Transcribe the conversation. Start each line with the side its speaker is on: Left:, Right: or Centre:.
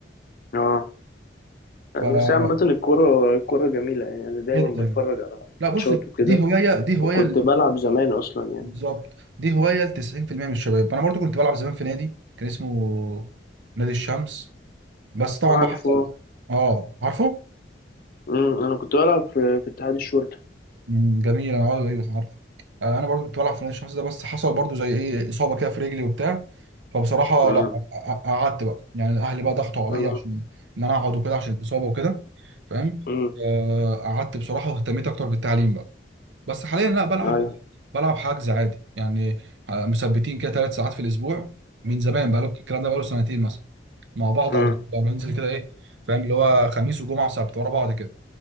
Left: اه
Right: ف
Left: بس عامة الكورة الكورة جميلة يعني انا دايما
Right: جدا
Left: بتفرج على
Right: لا
Left: ماتشات
Right: بص
Left: وكده
Right: دي هوايه دي هوايه
Left: وكنت
Right: ل-
Left: بلعب زمان اصلا يعني
Right: بالظبط دي هوايه ل 90% من الشباب انا برضو كنت بلعب زمان في نادي كان اسمه نادي الشمس بس طبعا
Left: عارف
Right: بقى حصل
Left: اه
Right: اه عارفه
Left: مم. انا كنت بلعب في في اتحاد الشرطة
Right: مم، جميل انا عارف ايوه عارف آه، انا برضو كنت بلعب في نادي الشمس ده بس حصل برضو زي ايه اصابه كده في رجلي وبتاع فبصراحه
Left: مم.
Right: لا ق- قعدت بقى يعني اهلي بقى ضغطوا عليا
Left: مم.
Right: عشان ان انا اقعد وكده عشان الاصابه وكده فاهم
Left: مم.
Right: آه، قعدت بصراحه واهتميت اكتر بالتعليم بقى بس حاليا لا بلعب
Left: ايوه
Right: بلعب حجز عادي يعني آه، مثبتين كده ثلاث ساعات في الاسبوع من زمان بقى الكلام ده بقى له سنتين مثلا مع بعض
Left: مم.
Right: على طول بقى. بننزل كده ايه فاهم اللي هو خميس وجمعه وسبت ورا بعض كده